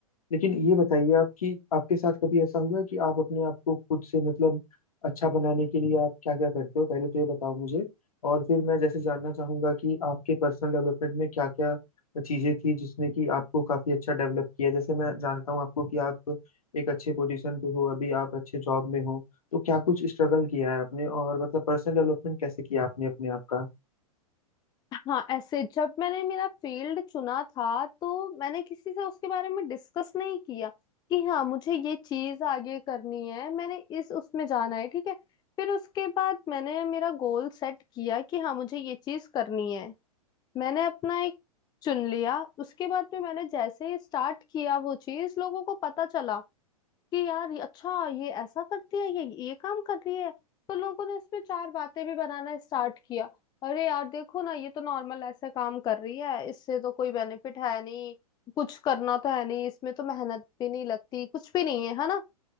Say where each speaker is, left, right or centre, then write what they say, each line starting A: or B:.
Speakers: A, on the left; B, on the left.
A: लेकिन ये बताइए आप कि आपके साथ कभी ऐसा हुआ है कि आप अपने आप को खुद से मतलब अच्छा बनाने के लिए आप क्या क्या करते हो पहले तो ये बताओ मुझे और फिर मैं जैसे जानना चाहूंगा कि आपके पर्सनल डेवलपमेंट में क्या क्या चीजें थी जिसने कि आपको काफी अच्छा डेवलप किया जैसे मैं जानता हूँ आपको कि आप एक अच्छे पोजीशन पे हो अभी आप अच्छे जॉब में हो तो क्या कुछ स्ट्रगल किया है आपने और मतलब पर्सनल डेवलपमेंट कैसे किया आपने अपने आप का
B: हाँ ऐसे जब मैंने मेरा फील्ड चुना था तो मैंने किसी से उसके बारे में डिस्कस नहीं किया कि हाँ मुझे ये चीज आगे करनी है मैंने इस उसमें जाना है ठीक है फिर उसके बाद मैंने मेरा गोल सेट किया कि हाँ मुझे ये चीज करनी है मैंने अपना एक चुन लिया उसके बाद में मैंने जैसे ही स्टार्ट किया वो चीज लोगों को पता चला कि यार ये- अच्छा ये ऐसा करती है ये ये काम कर रही है तो लोगों ने इसमें चार बातें भी बनाना स्टार्ट किया अरे यार देखो ना ये तो नॉर्मल ऐसे काम कर रही है इससे तो कोई बेनिफिट है नहीं कुछ करना तो है नहीं इसमें तो मेहनत भी नहीं लगती कुछ भी नहीं है है ना